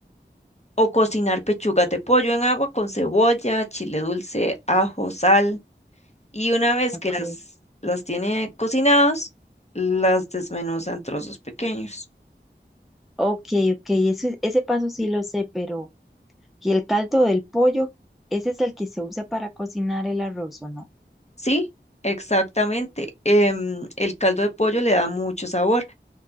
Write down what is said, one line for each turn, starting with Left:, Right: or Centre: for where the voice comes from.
Left: o cocinar pechugas de pollo en agua con cebolla, chile dulce, ajo, sal. Y una vez
Centre: Ok,
Left: que las, las tiene cocinadas, las desmenuza en trozos pequeños.
Centre: ok, ok. Ese, ese paso sí lo sé, pero ¿y el caldo del pollo? ¿Ese es el que se usa para cocinar el arroz o no?
Left: Sí, exactamente. em, el caldo de pollo le da mucho sabor